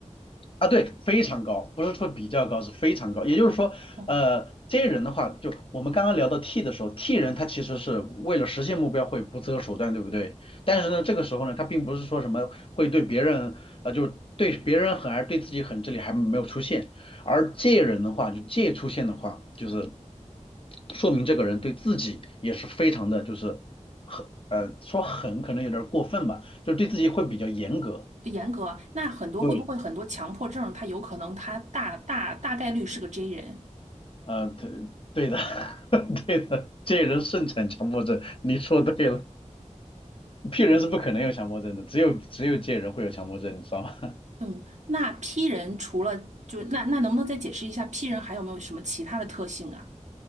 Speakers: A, on the left; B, on the right.
A: 啊，对，非常高，不是说比较高，是非常高。也就是说，
B: 哦
A: 呃，这些人的话，就我们刚刚聊到 T 的时候，T 人他其实是为了实现目标会不择手段，对不对？但是呢，
B: 哦，
A: 这个时候呢，他并不是说什么会对别人，呃，就对别人狠，而对自己狠，这里还没有出现。而借人的话，就借出现的话，就是说明这个人对自己也是非常的，就是很，呃，说狠可能有点儿过分吧，就是对自己会比较严格。
B: 严格。那很多会不会很多强迫症，
A: 对，
B: 他有可能他大大大概率是个 J 人。
A: 呃，对对的，<laughs> 对的，借人盛产强迫症，你说对了。P 人是不可能有强迫症的，只有只有借人会有强迫症，你知道吗？<laughs>
B: 嗯，那 P 人除了就那那能不能再解释一下 P 人还有没有什么其他的特性啊？